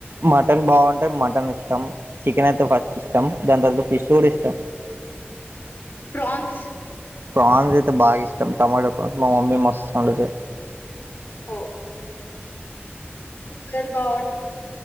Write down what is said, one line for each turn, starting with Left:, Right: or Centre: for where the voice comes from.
Right: మటన్ బాగుంటే మటన్ ఇష్టం. చికెన్ అయితే ఫస్ట్ ఇష్టం దాని తర్వాత ఫిష్ గూడా ఇష్టం.
Left: ప్రాన్స్
Right: ప్రాన్స్ ఐతే బాగీష్టం టమాట ప్రాన్ మ. మమ్మి మస్త్ అండుతద్.
Left: ఓ మీరు బా అండుతర్.